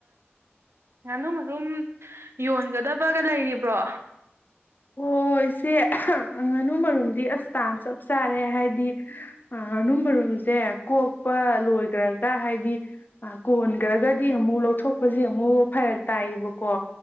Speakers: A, on the right; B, on the left.
A: ꯉꯥꯅꯨ ꯃꯔꯨꯝ ꯌꯣꯟꯒꯗꯕꯒ ꯂꯩꯔꯤꯕ꯭ꯔꯣ
B: ꯑꯣ ꯏꯆꯦ ꯉꯥꯅꯨ ꯃꯔꯨꯝꯗꯤ ꯑꯁ ꯇꯥꯥꯟ ꯆꯞ ꯆꯥꯔꯦ ꯍꯥꯏꯗꯤ ꯉꯥꯅꯨ ꯃꯔꯣꯝꯁꯦ ꯀꯣꯛꯄ ꯂꯣꯏꯈꯒꯔꯒ ꯍꯥꯏꯗꯤ ꯀꯣꯟꯈ꯭ꯔꯒꯗꯤ ꯑꯃꯨꯛ ꯂꯧꯊꯣꯛꯄꯁꯦ ꯑꯃꯨꯛ ꯐꯔꯛ ꯇꯥꯏꯌꯦꯕꯀꯣ